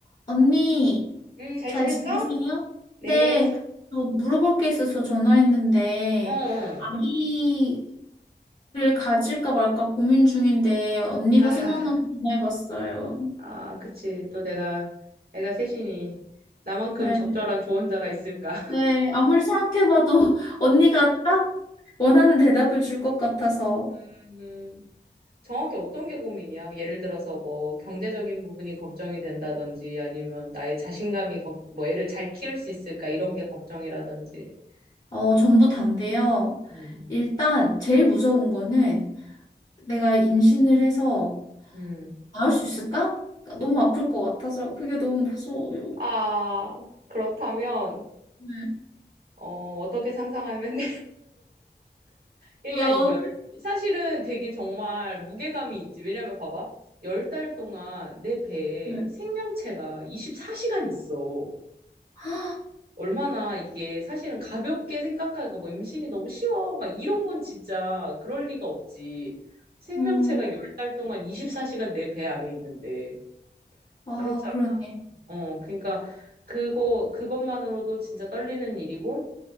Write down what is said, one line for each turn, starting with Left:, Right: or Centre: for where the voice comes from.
Left: 언니,
Right: 음, 잘
Left: 잘
Right: 지냈어?
Left: 지내세요?
Right: 네.
Left: 네, 저 물어볼 게 있어서 전화했는데,
Right: 어, 어.
Left: 아기를 가질까 말까 고민 중인데, 언니가
Right: 아하.
Left: 생각나서 전화해봤어요.
Right: 아, 그치. 또 내가, 애가 셋이니, 나만큼
Left: 네,
Right: 적절한 조언자가 있을까?
Left: 네, 아무리 생각해봐도 <laughs> 언니가 딱 원하는 대답을 줄 것 같아서,
Right: <laughs> 음, 정확히 어떤 게 고민이야? 예를 들어서 뭐, 경제적인 부분이 걱정이 된다든지, 아니면 나의 자신감이, 걱- 뭐, 애를 잘 키울 수 있을까? 이런 게 걱정이라든지,
Left: 어,
Right: 뭐,
Left: 전부 다인데요.
Right: 음,
Left: 일단, 제일 무서운 거는 내가 임신을 해서
Right: 음.
Left: 낳을 수 있을까? 너무 아플 것 같아서, 그게 너무 무서워요.
Right: 아, 그렇다면,
Left: 네.
Right: 어, 어떻게 상상하면 일단
Left: 왜요?
Right: 열 사실은 되게 정말 무게감이 있지. 왜냐면 봐봐. 열 달 동안 내 배에
Left: 네.
Right: 생명체가 24시간 있어.
Left: 아,
Right: 얼마나 이게 사실은 가볍게 생각하니까 뭐 임신이 너무 쉬워. 막 이런 건 진짜 그럴 리가 없지. 생명체가
Left: 음,
Right: 열 달 동안 24시간 내 배 안에 있는데.
Left: 아,
Right: 그렇잖아.
Left: 그러네.
Right: 어, 그러니까 그거 그것만으로도 진짜 떨리는 일이고